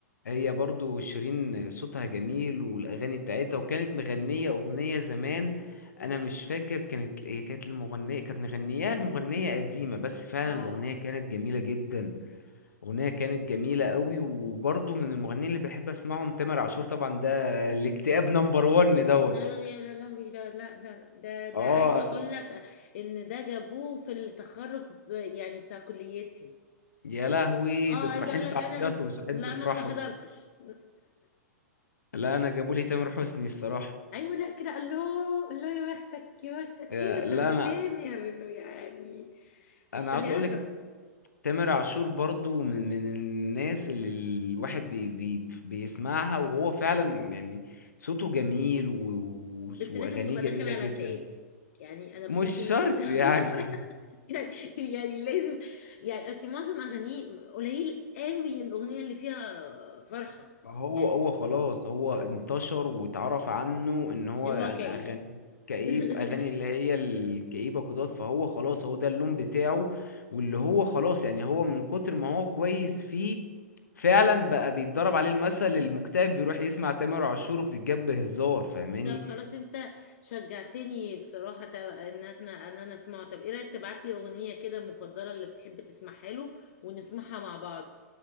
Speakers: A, on the left; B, on the left.
A: هي برضو شيرين صوتها جميل والاغاني بتاعتها وكانت مغنيه اغنيه زمان
B: مم.
A: انا مش فاكر كانت هي كانت المغنيه كانت مغنياها المغنيه قديمه بس فعلا
B: اه
A: الاغنيه كانت جميله جدا اغنيه كانت جميله قوي وبرضو من المغنيين اللي بحب اسمعهم تامر عاشور طبعا ده الاكتئاب نمبر 1 دوت
B: لا لا يا لا لهوي ده لا لا لا ده ده
A: اه
B: عايزه اقول لك ان ده جابوه في التخرج ب- يعني بتاع كليتي
A: يا لهوي
B: اه
A: ده تروحين
B: عايزه اقول لك
A: تعيطوا
B: انا رحت
A: مش رايحين
B: لا
A: تفرحوا
B: ما انا ما حضرتش
A: لا انا جابوا لي تامر حسني الصراحه
B: <laughs> ايوه لا كده الله الله يا بختك يا بختك
A: آه،
B: ايوه تا-
A: لا انا
B: تامر يعني
A: انا
B: الشهيصه
A: عاوز اقول لك تامر عاشور برضو من من الناس اللي الواحد بي بي بيسمعها وهو فعلا يعني صوته جميل و... و-
B: بس
A: واغانيه
B: لازم تبقى
A: جميله
B: داخل على
A: جدا
B: اكتئاب يعني انا بحس
A: مش
B: ان
A: شرط يعني
B: <laughs> يعني يعني لازم يعني اصل معظم اغانيه قليل قوي الاغنيه اللي فيها فرحه
A: ما هو
B: يعني
A: هو خلاص هو انتشر واتعرف عنه ان هو
B: ان
A: يعني
B: هو كئيب
A: اغاني كئيب
B: <laughs>
A: اغاني اللي هي الكئيبه كده فهو خلاص هو ده اللون بتاعه واللي هو خلاص يعني هو من كتر ما هو كويس فيه فعلا بقى بيتضرب عليه المثل المكتئب بيروح يسمع تامر عاشور وبتتجاب هزار فاهماني
B: طب خلاص انت شجعتني بصراحة ت- ان احنا ان انا اسمعه طب ايه رأيك تبعتلي اغنية كده المفضلة اللي بتحب تسمعها له ونسمعها مع بعض